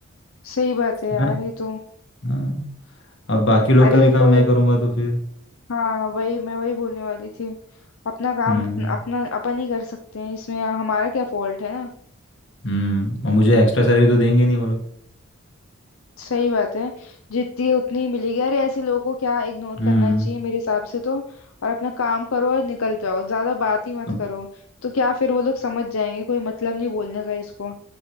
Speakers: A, on the left; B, on the left.
A: सही बात है यार
B: है ना
A: ये तो
B: हाँ अब बाकी लोग
A: अरे
B: का भी काम
A: कोई
B: मैं करूँगा तो फिर
A: हाँ वही मैं वही बोलने वाली थी अपना काम
B: हम्म
A: अपन- अपना अपन ही कर सकते हैं इसमें हमारा क्या फॉल्ट है ना
B: हम्म और मुझे एक्स्ट्रा सैलरी तो देंगे नहीं वो लोग
A: सही बात है जितनी है उतनी ही मिलेगी अरे ऐसे लोगों को क्या इग्नोर
B: हम्म
A: करना चाहिए मेरे हिसाब से तो और अपना काम करो और निकल जाओ ज्यादा बात ही मत
B: अब
A: करो तो क्या फिर वो लोग समझ जाएंगे कोई मतलब नहीं बोलने का इसको